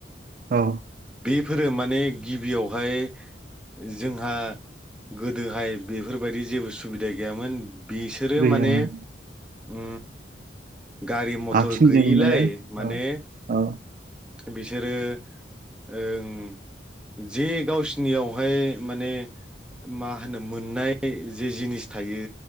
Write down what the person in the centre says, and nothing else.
फोरो माने गिबियावहाय जोंहा गोदोहाय बेफोरबायदि जेबो सुबिदा गैयामोन बिसोरो
माने उम गारि मथर
गैयिलाय माने
बिसोरो ओं जे गावसिनियावहाय माने मा होनो मोननाय जे जिनिस थायो